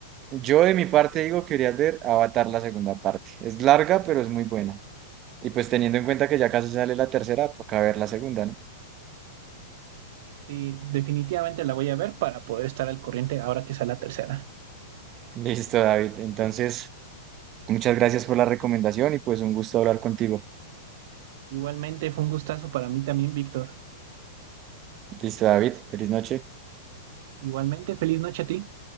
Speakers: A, on the right; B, on the right.
A: yo de mi parte digo que quería ver Avatar la segunda parte. Es larga, pero es muy buena. Y pues teniendo en cuenta que ya casi sale la tercera, toca ver la segunda, ¿no?
B: Sí, definitivamente la voy a ver para poder estar al corriente ahora que sea la tercera.
A: <laughs> Listo, David. Entonces, muchas gracias por la recomendación y pues un gusto hablar contigo.
B: Igualmente fue un gustazo para mí también, Víctor.
A: Listo, David. Feliz noche.
B: Igualmente, feliz noche a ti.